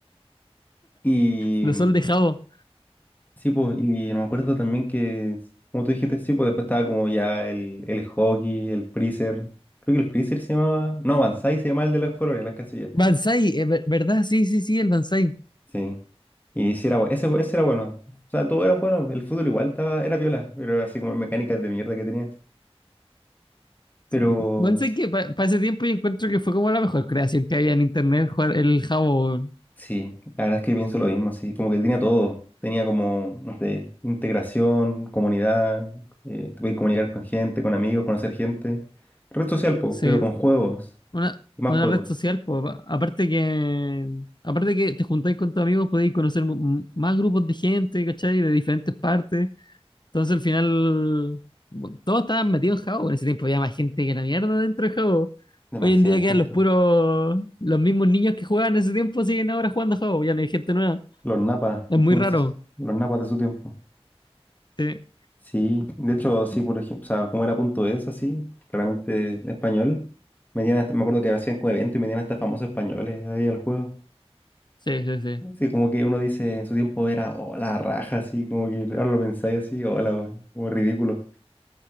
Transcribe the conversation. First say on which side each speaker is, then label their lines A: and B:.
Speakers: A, on the left; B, on the left.
A: Y
B: Los sol de Jabo.
A: sí, pues, y me acuerdo también que, como tú dijiste, sí, pues después estaba como ya el, el hockey, el freezer. Creo que el freezer se llamaba. No, Banzai se llamaba el de los colores, las casillas.
B: Banzai, eh, ver- ¿verdad? Sí, sí, sí, el Banzai.
A: Sí. Y sí era, bueno ese, ese era bueno. O sea, todos eran buenos. El fútbol igual estaba, era viola, pero era así como mecánicas de mierda que tenía. Pero
B: Sí, Banzai
A: s-
B: que para ese tiempo yo encuentro que fue como la mejor creación que había en internet, jugar el Jabo. weón.
A: sí, la verdad es que pienso lo mismo, así como que tenía todo. Tenía como, no sé, integración, comunidad, eh, te podías comunicar con gente, con amigos, conocer gente. Red social, po,
B: Sí.
A: pero con juegos,
B: Una,
A: y más
B: una
A: juegos.
B: red social, po. aparte que aparte que te juntáis con tus amigos, podéis conocer mu- m- más grupos de gente, ¿cachai? De diferentes partes. Entonces al final bueno, todos estaban metidos en Jabo. En ese tiempo había más gente que la mierda dentro de Jabo.
A: Demasiada
B: Hoy en día
A: gente.
B: quedan los puros, los mismos niños que jugaban en ese tiempo siguen ahora jugando a Jabo, ya no hay gente nueva.
A: Los napas,
B: Es muy
A: en
B: raro.
A: sus- los napas de su tiempo.
B: Sí,
A: Sí, de hecho, sí, por ejemplo, o sea, como era punto es así, claramente español, metían me acuerdo que hacían como eventos y metían hasta famosos españoles ahí al juego.
B: sí, sí, sí.
A: Sí, como que uno dice en su tiempo era oh, la raja, así, como que ahora lo pensáis así, o la, como ridículo.